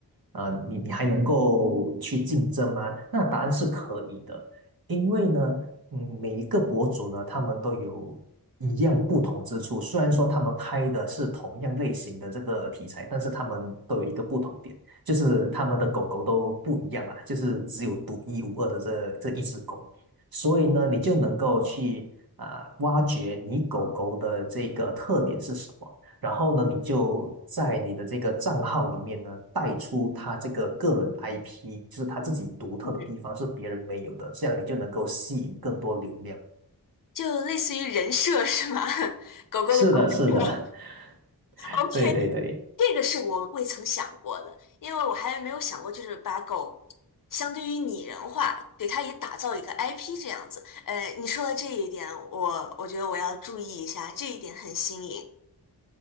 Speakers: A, on the right; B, on the left.
A: 啊，呃你你还能够去竞争吗？那答案是可以的，因为呢，嗯，每一个博主呢，他们都有。一样不同之处，虽然说他们拍的是同样类型的这个题材，但是他们都有一个不同点。就是他们的狗狗都不一样嘛，就是只有独一无二的这这一只狗，所以呢，你就能够去啊、呃挖掘你狗狗的这个特点是什么，然后呢，你就在你的这个账号里面呢带出它这个个人 IP，就是它自己独特的地方是别人没有的，
B: 嗯，
A: 这样你就能够吸引更多流量。
B: 就类似于人设是吗？<laughs> 狗狗的狗设
A: 是的，是的，<laughs>
B: ，OK，
A: 对对对。
B: 这个是我未曾想过的，因为我还没有想过，就是把狗相对于拟人化，给它也打造一个 IP 这样子。呃，你说的这一点，我我觉得我要注意一下，这一点很新颖。